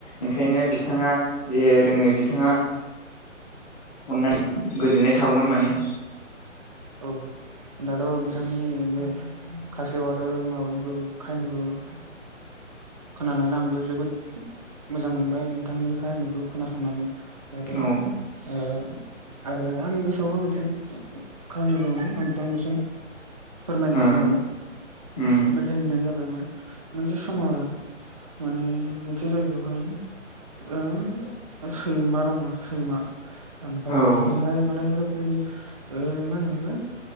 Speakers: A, on the left (about 30°); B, on the right (about 30°).
A: ओंखायनो बिथाङा जे रोङो बिथाङा अननाय गोजोननाय थागौमोन माने।
B: औ। दाथ' बिथांनि बे खासेव आरो माबानि खाहिनिखौ <inaudible> खोनानानै आंबो जोबोद मोजां मोनबाय बिथांनि खाहिनिखौ खोनासंनानै। जाथे
A: औ
B: ओ आरो आंनि गोसोआवबो मोनसे खाहानि दङ' बिथांनिसिम फोरमायनो
A: ओ
B: सानदों।
A: उम
B: बे खाहिनियानो जाबाय माने मोनसे समाव आरो माने मोनसे जायगायावहाय ओ सैमा दङ सैमा। ओमफ्राय
A: औ
B: बेहाय माने ओरैबायदि ओ मा होनो मोनलै